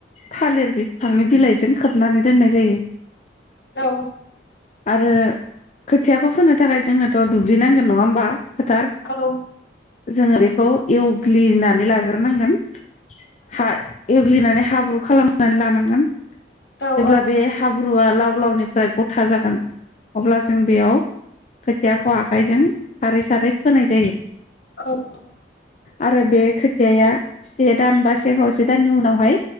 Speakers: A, on the left; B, on the left.
A: थालिर बिफांनि बिलाइजों खोबनानै दोननाय जायो
B: औ
A: आरो खोथियाखौ फोनो थाखाय जोंनोथ' दुब्लिनांगोन नङा होमबा फोथार
B: औ
A: जोङो बेखौ एवग्लिनानै लाग्रोनांगोन हाल एव ग्लिनानै हाब्रु खालामनानै लानांगोन
B: औ
A: जेब्ला बे हाब्रुआ लाव लावनिफ्राय गथा जागोन अब्ला जों बेयाव खोथियाखौ आखाइजों सारै सारै फोनाय जायो
B: औ औ
A: आरो बे खोथियाया से दान बा से खावसे दाननि उनावहाय